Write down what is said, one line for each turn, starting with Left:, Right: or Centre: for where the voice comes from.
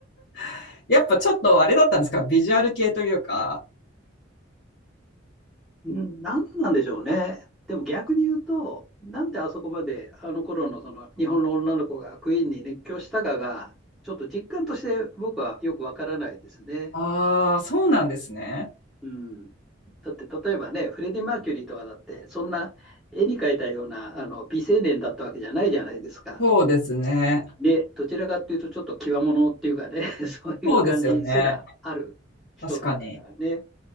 Left: <laughs> やっぱちょっとあれだったんですかビジュアル系というか。
Centre: うんなんなんでしょうね。でも逆に言うと、なんであそこまであの頃のその日本の女の子がクイーンに熱狂したかが、ちょっと実感として僕はよくわからないですね。
Left: ああ、そうなんですね。
Centre: うん。だって例えばね、フレディ・マーキュリーとかだって、そんな絵に描いたようなあの美青年だったわけじゃないじゃないですか。
Left: そうですね。
Centre: で、どちらかっていうと、ちょっと際物っていうかね、<laughs> そういう感じすらある人だったからね。
Left: そうですよね。確かに。
Centre: だか